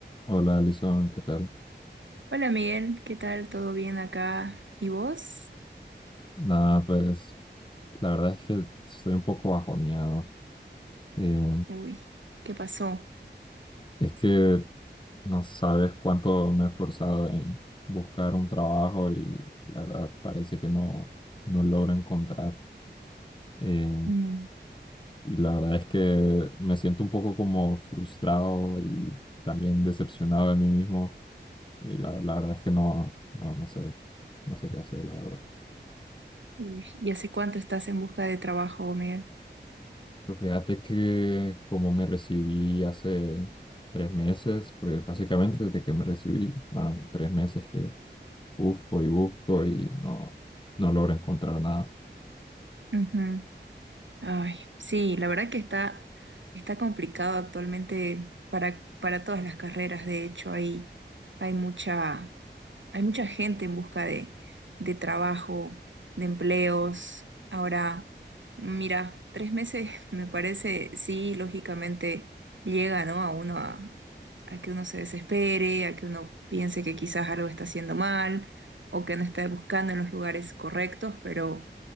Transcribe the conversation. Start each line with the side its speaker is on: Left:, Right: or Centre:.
Left: Hola, Alison, ¿qué tal?
Right: Hola Miguel, ¿qué tal? ¿Todo bien acá? ¿Y vos?
Left: Nada, pues la verdad es que estoy un poco bajoneado. Eh,
Right: Uy, ¿qué pasó?
Left: es que no sabes cuánto me he esforzado en buscar un trabajo y la verdad parece que no, no logro encontrar. Eh,
Right: Mm,
Left: y la verdad es que me siento un poco como frustrado y también decepcionado de mí mismo. Y la, la verdad es que no, no, no sé, no sé qué hacer, la verdad.
Right: uy, ¿y hace cuánto estás en busca de trabajo, Miguel?
Left: Pues fíjate que como me recibí hace tres meses, pues básicamente desde que me recibí, van tres meses que busco y busco y no, no logro encontrar nada.
Right: Ujú. Ay, sí, la verdad que está, está complicado actualmente para, para todas las carreras. De hecho, hay, hay mucha, Hay mucha gente en busca de, de trabajo, de empleos. Ahora, mira, tres meses <laughs> me parece, sí, lógicamente llega, ¿no? A uno a, a que uno se desespere, a que uno piense que quizás algo está haciendo mal o que no está buscando en los lugares correctos, pero